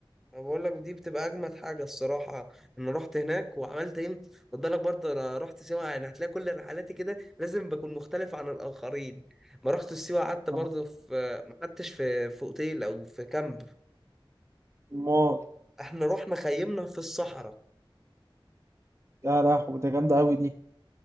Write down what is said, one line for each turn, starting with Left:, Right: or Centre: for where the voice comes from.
Centre: انا بقول لك دي بتبقى اجمد حاجة الصراحة ان رحت هناك وعملت ايه خد بالك برضه انا رحت سيوة يعني هتلاقي كل رحلاتي كده لازم بكون مختلف عن الاخرين ما رحت سيوة قعدت برضه
Right: اه
Centre: في ما قعدتش في في اوتيل او في كامب
Right: موت
Centre: احنا رحنا خيمنا في الصحراء
Right: يا لهوي ده جامدة قوي دي